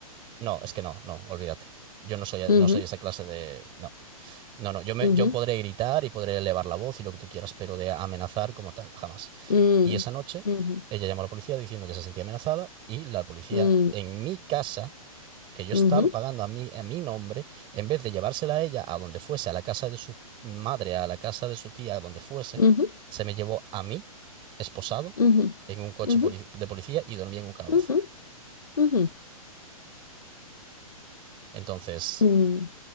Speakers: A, on the right; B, on the left.
A: no, es que no, no, olvídate. Yo no soy,
B: ujú,
A: no soy esa clase de. No, no, no. Yo me,
B: ujú,
A: yo podré gritar y podré elevar la voz y lo que tú quieras, pero de amenazar como tal, jamás.
B: mm,
A: Y esa noche,
B: ujú,
A: ella llamó a la policía diciendo que se sentía amenazada y la policía
B: mm,
A: en mi casa que yo
B: ujú,
A: estaba pagando a mi a mi nombre, en vez de llevársela a ella a donde fuese, a la casa de su madre, a la casa de su tía, a donde fuese,
B: ujú,
A: se me llevó a mí, esposado,
B: ujú,
A: en un coche
B: ujú,
A: poli- de policía y dormí en un calabozo.
B: ujú, ujú.
A: Entonces,
B: Mm.